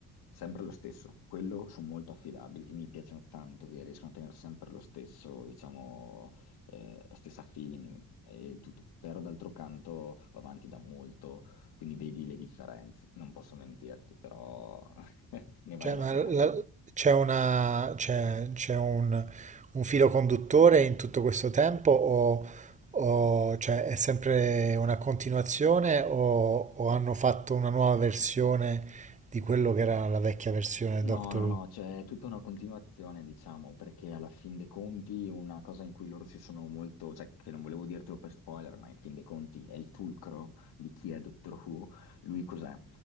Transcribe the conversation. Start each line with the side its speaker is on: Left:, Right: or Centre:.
Left: sempre lo stesso, quello sono molto affidabili e mi piacciono tanto che riescono a tenere sempre lo stesso, diciamo eh, stessa feeling e il tutto, però d'altro canto va avanti da molto, quindi vedi le differenze, non posso mentirti, però <laughs> ne vale
Right: Cioè,
Left: la
Right: ma
Left: pena.
Right: la- c'è una, c'è, c'è un, un filo conduttore in tutto questo tempo o, o, cioè, è sempre una continuazione o, o hanno fatto una nuova versione di quello che era la vecchia versione di
Left: No,
Right: Doctor
Left: no,
Right: Who?
Left: no, c'è tutta una continuazione, diciamo, perché alla fin dei conti una cosa in cui loro si sono molto, cioè che non volevo dirtelo per spoiler, ma in fin dei conti è il fulcro di chi è Doctor Who. Lui cos'è?